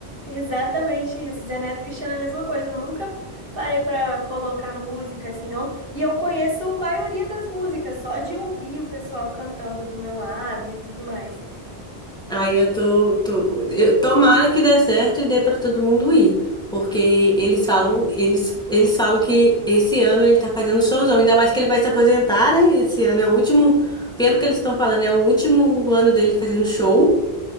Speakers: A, on the right; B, in the centre.
A: Exatamente isso. Zé Neto e Cristiano é a mesma coisa. Eu nunca parei pra colocar música assim, não. E eu conheço a maioria das músicas, só de ouvir o pessoal cantando do meu lado e tudo mais.
B: Aí eu tô, tô, eu- tomara que dê certo e dê pra todo mundo ir, porque eles falam, eles, eles falam que esse ano ele tá fazendo showzão, ainda mais que ele vai se aposentar, né? Esse ano é o último, pelo que eles estão falando, é o último ano dele fazendo show